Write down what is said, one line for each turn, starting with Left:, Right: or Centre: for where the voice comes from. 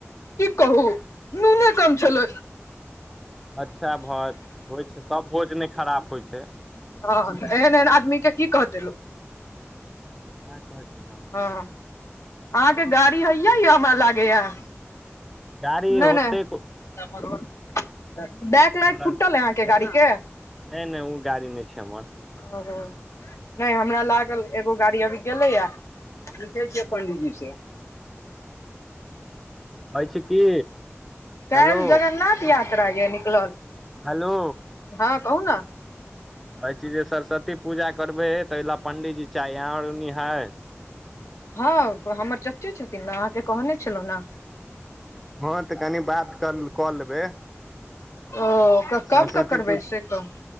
Left: की कहू नूने कम छलै
Centre: अच्छा भैज होइ छै सब भोज नै खराप होइ छै
Left: हऽ एहन एहन आदमी कऽ की कहतै लोक
Centre: हँ सेह कहै छै न
Left: हऽ <inaudible> अहाँकेँ गाड़ी हैय यऽ हमरा लागे यऽ
Centre: गाड़ी
Left: नै
Centre: होते
Left: नै
Centre: कोनो
Left: <unintelligible> बैक लाइट
Centre: लग
Left: फुटल है अहाँकेँ गाड़ी केँ <inaudible>
Centre: नहि नहि ओ गाड़ी नहि छै हमर
Left: आरो नै हमरा लागल एगो गाड़ी अभी गेलैय पुछैय छिय पंडितजी से
Centre: यैछ की
Left: काइल
Centre: हेलो
Left: जगन्नाथ यात्रा यऽ निकलल
Centre: हेलो
Left: हँ कहू न
Centre: कहै छीज जे सरस्वती पूजा करबै तै लऽ पण्डीजी चाही अहाँ आर उनी है
Left: हँ हमर चाचे छथिन न अहाँकेँ कहने छलै न
Centre: हँ तऽ कनि बात कर कऽ लेबै
Left: ओ कऽ
Centre: सरस्वती
Left: कब कऽ करबै
Centre: पूजा
Left: सेकहुँ